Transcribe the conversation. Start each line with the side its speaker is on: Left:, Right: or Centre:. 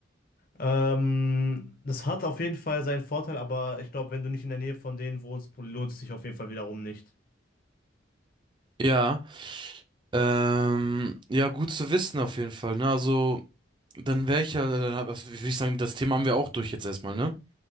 Left: ja. Ähm, das hat auf jeden Fall seinen Vorteil, aber ich glaube, wenn du nicht in der Nähe von denen wohnst, lohnt es sich auf jeden Fall wiederum nicht.
Right: Ja, ähm, ja, gut zu wissen auf jeden Fall, ne? Also, dann wäre ich ja, dann hab, das- würde ich sagen, das Thema haben wir auch durch jetzt erstmal, ne?